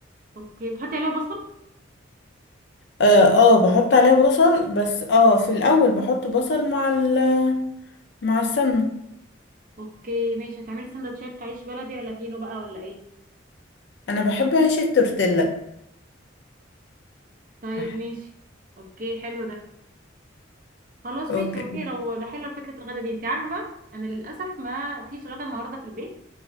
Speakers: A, on the right (about 45°); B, on the left (about 55°).
A: اوكي بتحطي عليها بصل
B: اه آه، بحط عليها بصل بس اه في الاول بحط بصل مع ال مع السمنه
A: اوكي ماشي هتعملي سندوتشات عيش بلدي ولا فينو بقى ولا ايه
B: انا بحب عيش التورتيلا
A: طيب
B: صح
A: ماشي اوكي حلو ده خلاص
B: اوكي
A: ماشي اوكي لو ده حلو فكرة الغدا دي انت عارفة بقى انا للأسف ما فيش غدا النهاردة في البيت